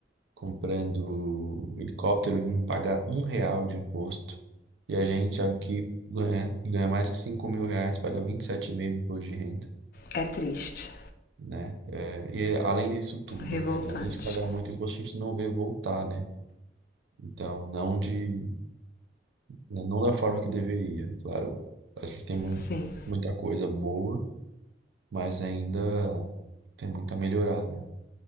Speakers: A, on the right (about 80°); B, on the left (about 50°).
A: comprando helicóptero, ele não paga um real de imposto. E a gente aqui ganha, ganha mais que 5 mil reais, paga 27,5 de imposto de renda,
B: É triste,
A: né? É, e é, além disso tudo,
B: revoltante,
A: né? Além de pagar muito imposto, a gente não vê voltar, né? Então, não de, né, não da forma que deveria. Claro, a gente tem mui-
B: sim.
A: muita coisa boa, mas ainda tem muito a melhorar, né?